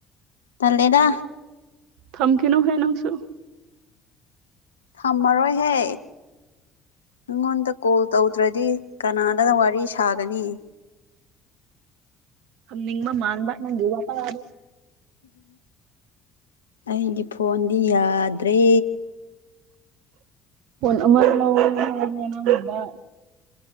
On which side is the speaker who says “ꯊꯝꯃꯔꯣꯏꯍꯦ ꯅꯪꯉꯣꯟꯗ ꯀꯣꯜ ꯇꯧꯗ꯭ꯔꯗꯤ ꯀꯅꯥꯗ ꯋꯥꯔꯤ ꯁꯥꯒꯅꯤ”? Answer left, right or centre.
Left